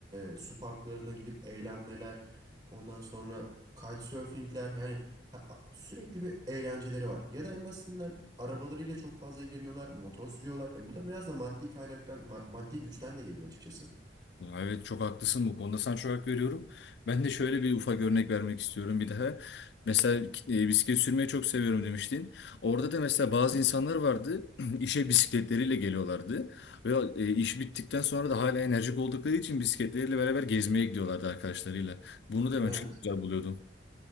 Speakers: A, on the right; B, on the left.
A: e, su parklarına gidip eğlenmeler. Ondan sonra kitesurfingler yani Ha, a- sürekli bir eğlenceleri var. Ya da en basitinden arabalarıyla çok fazla ilgileniyorlar, motor sürüyorlar. E bu da biraz da maddi kaynaktan, ma- maddi güçten de geliyor açıkçası.
B: Ya Evet çok haklısın bu konuda sana çok hak veriyorum. Ben de şöyle bir ufak örnek vermek istiyorum bir daha. Mesela e, bisiklet sürmeyi çok seviyorum demiştin. Orada da mesela bazı insanlar vardı <clears throat> işe bisikletleriyle geliyorlardı. Ve e, iş bittikten sonra da hala enerjik oldukları için bisikletleriyle beraber gezmeye gidiyorlardı arkadaşlarıyla. Bunu da
A: Evet.
B: ben çok güzel buluyordum.